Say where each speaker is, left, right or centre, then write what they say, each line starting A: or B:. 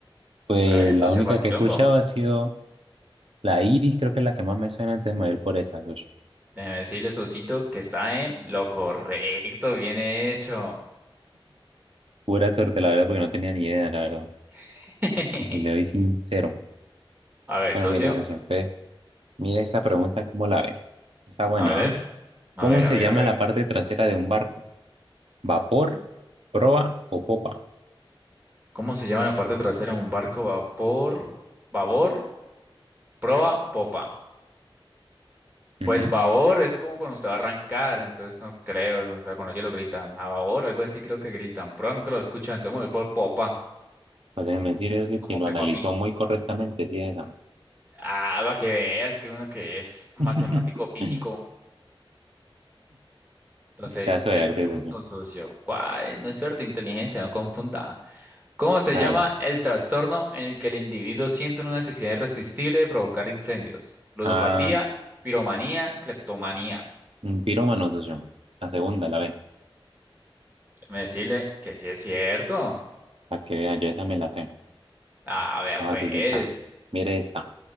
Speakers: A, on the right; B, on the right.
A: Pues
B: Hágale,
A: la
B: socio
A: única
B: facilongo.
A: que he escuchado ha sido la Iris, creo que es la que más me suena antes de me por esa, socio.
B: Déjeme decirle, Susito, que está en lo correcto, bien hecho.
A: Pura suerte, la verdad, porque no tenía ni idea, la verdad.
B: <laughs>
A: Y si le doy sincero.
B: A ver,
A: Bueno,
B: socio,
A: mire, socio, entonces, mire esta pregunta, ¿cómo la ve? Está buena,
B: a ver.
A: ¿no?
B: A
A: ¿Cómo
B: ver,
A: se
B: a ver,
A: llama
B: a ver.
A: la parte trasera de un barco? ¿Vapor, proa o popa?
B: ¿Cómo se llama la parte trasera de un barco? Vapor, babor, proa, popa.
A: Ujú.
B: Pues babor es como cuando usted va a arrancar, entonces no creo, o sea, cuando ellos lo gritan, a babor, algo así creo que gritan, proa nunca lo escuchan, entonces me voy por popa,
A: Pues déjeme decir socio,
B: como
A: que lo
B: Peppa
A: analizó
B: Pig.
A: muy correctamente, sí, esa.
B: Ah, va que veas que uno que es matemático
A: <laughs>
B: físico. Entonces,
A: Ya eso de
B: yo le
A: arte,
B: pregunto,
A: soy artista yo.
B: socio, ¿cuál? No es suerte, inteligencia, no confunda. ¿Cómo se
A: Hágale.
B: llama el trastorno en el que el individuo siente una necesidad irresistible de provocar incendios? Ludopatía,
A: Ah,
B: piromanía, cleptomanía.
A: un pirómano soy yo. La segunda, la B.
B: Me decirle que sí es cierto.
A: Para que vean, yo esa me la sé.
B: Ah, vea
A: Está
B: pues.
A: facilita. Mire esta.